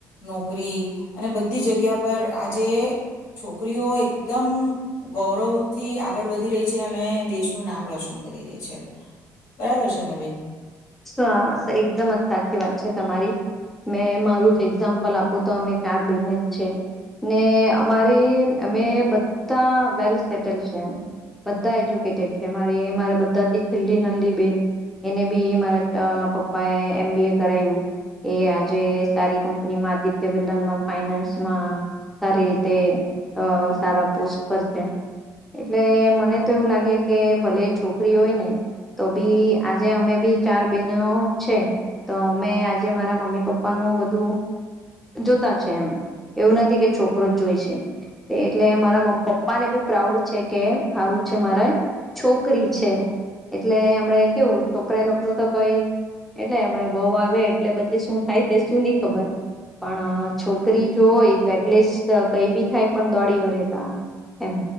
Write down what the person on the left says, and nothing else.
નોકરી અને બધી જગ્યા પર આજ જે છોકરીઓ એકદમ ગૌરવ થી આગળ વધી રહી છે અને દેશનું નામ રોશન કરી રહી છે બરાબર છે ને બેન.